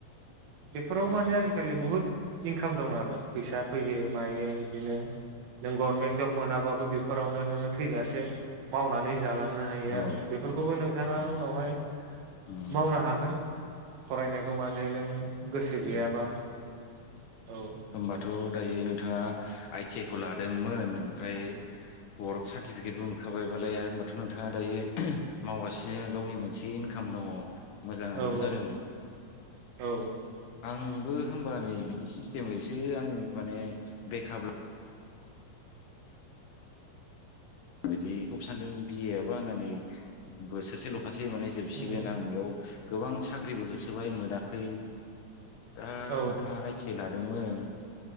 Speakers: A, on the right; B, on the left.
A: बेफोराव
B: अ
A: माने आजिखालि बुहुद इनखाम दं आरो फैसा फैयो मायो इदिनो नों गरमेन्ट जब मोनाबाबो बेफोरावनो नोङो थैजासे मावनानै जालांनो हायो
B: औ
A: आरो बेफोरखौबो नोंथाङा
B: अ
A: उनावहाय
B: उम
A: मावनो हागोन फरायनाय औ माने नों गोसो गैयाबा
B: उम
A: औ
B: होमबाथ' दायो नों थाङा आइ टि आइ खौ लादोंमोन ओमफ्राय वर्क सार्थिफिकेटबो मोनखाबाय। बालाया होमबाथ' नोंथाङा दायो <unintelligible> मावगासिनो गावनि मोनसे इनखाम दङ' मोजाङानो
A: औ
B: जादों
A: औ औ
B: आं बो होमबा नै बिदि सि थिममैसो आं माने बेकआप ला बिदि ब‍' सानदों बि ए आबो आंना नै बोसोरसेल' खासे माने जोबसिगोन
A: उम
B: आं बेयाव गोबां साख्रिबो होसोबाय मोनाखै। दा
A: औ
B: नोंथाङा आइ टि आइ लादोंमोन।